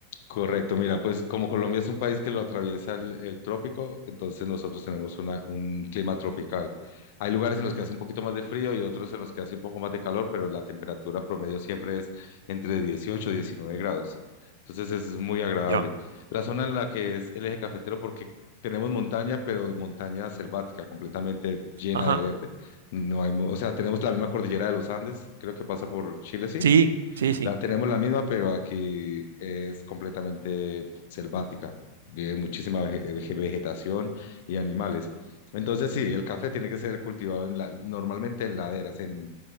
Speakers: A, on the left; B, on the right.
A: Correcto, mira, pues como Colombia es un país que lo atraviesa el, el trópico, entonces nosotros tenemos una- un clima tropical. Hay lugares en los que hace un poquito más de frío y otros en los que hace un poco más de calor, pero la temperatura promedio siempre es entre 18 y 19 grados. Entonces es muy agradable.
B: Ya,
A: La zona en la que es el eje cafetero, porque tenemos montaña, pero montaña selvática, completamente llena
B: ajá.
A: de verde. No hay, mu- o sea, tenemos la misma cordillera de los Andes, creo que pasa por Chile, sí.
B: Sí, sí, sí.
A: La tenemos la misma, pero aquí es completamente selvática. Vive muchísima vege- vege- vegetación y animales. Entonces, sí, el café tiene que ser cultivado en la- normalmente en laderas, en,